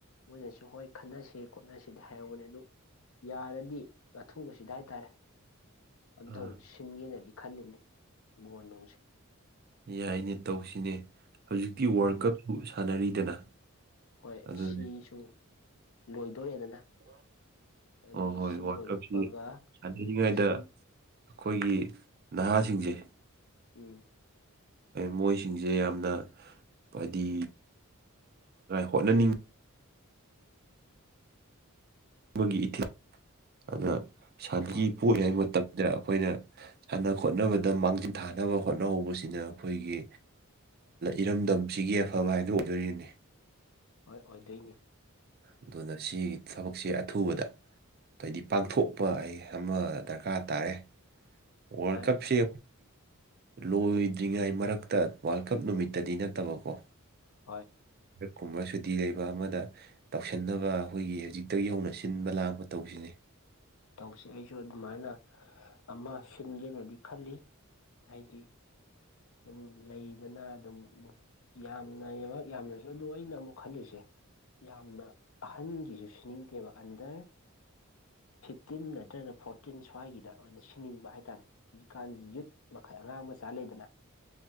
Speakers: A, on the left; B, on the right.
A: ꯃꯣꯏꯅꯁꯨ ꯍꯣꯏ ꯈꯟꯅꯁꯤ ꯈꯣꯠꯅꯁꯤꯗꯤ ꯍꯥꯏꯔꯨꯕꯅꯦ ꯑꯗꯨ ꯌꯥꯔꯗꯤ ꯁꯨꯕꯁꯤꯗ ꯍꯥꯏꯇꯥꯔꯦ ꯑꯝꯇꯪ
B: ꯑꯥ
A: ꯁꯤꯟꯒꯦꯅꯗꯤ ꯈꯜꯂꯤꯕꯅꯤ ꯃꯣꯟ ꯅꯨꯡꯁꯦ
B: ꯌꯥꯏꯅꯦ ꯇꯧꯁꯤꯅꯦ ꯍꯧꯖꯤꯛꯇꯤ
A: ꯎꯝ
B: ꯋꯥꯔꯜ ꯀꯞꯁꯨ ꯁꯥꯟꯅꯔꯤꯗꯅ
A: ꯍꯣꯏ
B: ꯑꯗꯨ
A: ꯁꯤꯁꯨ ꯂꯣꯏꯗꯣꯔꯦꯗꯅ ꯑꯗꯨ
B: ꯑꯣ ꯍꯣꯏ
A: ꯁꯤ
B: ꯋꯥꯔꯜꯗ
A: ꯂꯣꯏꯔꯛꯄꯒ
B: ꯀꯞꯁꯤ ꯁꯥꯟꯅꯔꯤꯉꯩꯗ
A: ꯎꯝ ꯁꯤ
B: ꯑꯩꯈꯣꯏꯒꯤ ꯅꯍꯥꯁꯤꯡꯁꯦ
A: ꯎꯝ
B: ꯃꯣꯏꯁꯤꯡꯁꯦ ꯌꯥꯝꯅ ꯍꯥꯏꯗꯤ ꯍꯣꯠꯅꯅꯤꯡ ꯒꯤ ꯏꯊꯤ ꯑꯗꯨꯅ ꯁꯥꯟꯇꯤ
A: ꯍꯣꯏ
B: ꯄꯣ ꯍꯥꯏ ꯃꯇꯝ ꯗ ꯑꯩꯈꯣꯏꯅ ꯁꯥꯟꯅ ꯈꯣꯠꯅꯕꯗ ꯃꯥꯡꯖꯤꯟ ꯊꯥꯅꯕ ꯍꯣꯠꯅꯍꯧꯕꯁꯤꯅ ꯑꯩꯈꯣꯏꯒꯤ ꯏꯔꯝꯗꯝꯁꯤꯒꯤ ꯑꯐꯕ ꯍꯥꯏꯗꯣ ꯑꯣꯏꯗꯣꯏꯔꯤꯅꯤ
A: ꯍꯣꯏ ꯑꯣꯏꯗꯣꯏꯅꯤ
B: ꯑꯗꯨꯅ ꯁꯤꯒꯤ ꯊꯕꯛꯁꯦ ꯑꯊꯨꯕꯗ ꯍꯥꯏꯩꯗꯤ ꯄꯥꯡꯊꯣꯛꯄ ꯑꯩ ꯑꯃ ꯗꯔꯀꯥꯔ ꯇꯥꯔꯦ ꯋꯥꯔꯜ
A: ꯚꯥꯏ
B: ꯀꯞꯦ
A: ꯑꯗꯨꯅꯤ
B: ꯂꯣꯏꯗ꯭ꯔꯤꯉꯥꯏ ꯃꯔꯛꯇ ꯋꯥꯔꯜ ꯀꯞ ꯅꯨꯃꯤꯠꯇꯗꯤ ꯅꯠꯇꯕꯀꯣ
A: ꯍꯣꯏ
B: ꯀꯨꯝꯕ ꯁꯨꯇꯤ ꯂꯩꯕ ꯑꯃꯗ ꯇꯧꯁꯤꯟꯅꯕ ꯑꯩꯈꯣꯏꯒꯤ ꯍꯧꯖꯤꯛꯇꯒꯤ ꯍꯧꯅ ꯁꯤꯟꯕ ꯂꯥꯡꯄ ꯇꯧꯁꯤꯅꯦ
A: ꯇꯧꯁꯦ ꯑꯩꯁꯨ ꯑꯗꯨꯃꯥꯏꯅ ꯑꯃ ꯁꯤꯟꯒꯦꯅꯗꯤ ꯈꯜꯂꯤ ꯍꯥꯏꯗꯤ ꯁꯨꯝ ꯂꯩꯗꯅ ꯑꯗꯨꯝ ꯌꯥꯝꯅ ꯌꯥꯝꯅꯁꯨ ꯑꯗꯨ ꯑꯩꯅ ꯑꯃꯨꯛ ꯈꯜꯂꯤꯁꯦ ꯌꯥꯝꯅ ꯑꯍꯟꯒꯤꯁꯨ ꯁꯤꯅꯤꯡꯗꯦꯕ ꯑꯟꯗꯔ ꯐꯤꯐꯇꯤꯟ ꯅꯠꯇ꯭ꯔꯒꯅ ꯐꯣꯔꯇꯤꯟ ꯁ꯭ꯋꯥꯏꯒꯤꯗ ꯑꯣꯏꯅ ꯁꯤꯅꯤꯡꯕ ꯍꯥꯏꯇꯥꯔꯦ ꯍꯧꯖꯤꯛꯀꯥꯟꯒꯤ ꯌꯨꯠ ꯃꯈꯩ ꯑꯉꯥꯡ ꯃꯆꯥ ꯂꯩꯗꯅ